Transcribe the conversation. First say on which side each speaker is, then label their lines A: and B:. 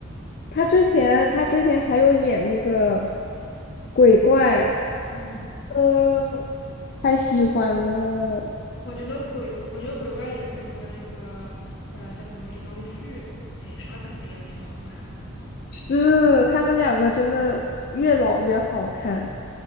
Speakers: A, on the left (about 45°); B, on the left (about 60°).
A: 他之前他之前还有演那个鬼怪，
B: 嗯，
A: 嗯，太喜欢了。
B: 我觉得鬼，我觉得鬼怪里面那个那个呃叫什么李东旭，哎，他长得也有点好看。
A: 是，他们两个真的越老越好看。